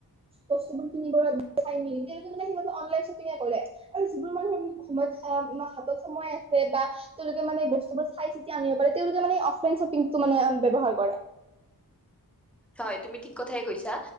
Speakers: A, on the right; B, in the centre.
A: বস্তুবোৰ কিনিবৰ বাবে চাই মেলি তেওঁলোকে মানে সিহঁতে অনলাইন শ্বপিঙে কৰে। আৰু যিবোৰ মানুহ সময়ত অ' হাতত সময় আছে বা তেওঁলোকে মানে বস্তুবোৰ চাই চিতি আনিব পাৰে তেওঁলোকে মানে অফলাইন শ্বপিংটো মানে ব্যৱহাৰ কৰে।
B: হয়, তুমি ঠিক কথাই কৈছা।